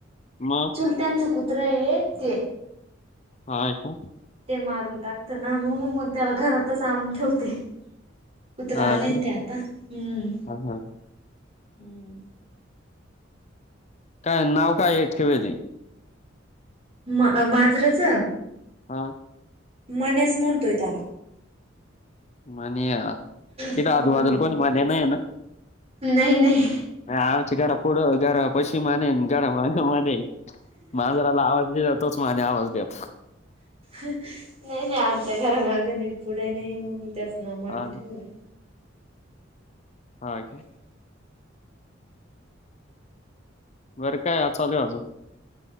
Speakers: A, on the left; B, on the right.
A: मग
B: चुलत्यांचं कुत्रा आहे ते.
A: हा का?
B: ते मारून टाकत ना म्हणून मग त्याला घरातच आणून ठेवते. कुत्र
A: हा
B: आलाय
A: का
B: ते आता हम्म
A: हा हा
B: हम्म
A: काय नाव काय आहे ठेवेली?
B: म मांजराच
A: हा
B: मन्या च म्हणतोय त्याला.
A: म्हणया तिथे
B: हम्म
A: आजूबाजूला कोणी म्हन्या नाही ना?
B: नाही नाही.
A: आमच्या घरा पुढं घरा पशी मानेन घरा मागा मानेन. मा मांजराला आवाज दिला तोच मन्या आवाज द्यायचा.
B: नाही नाही आमच्या घरामागणी पुढे नाही म्हणून मी मन्या
A: हा
B: ठेवलाय.
A: हा बरं काय आज चालू अजून?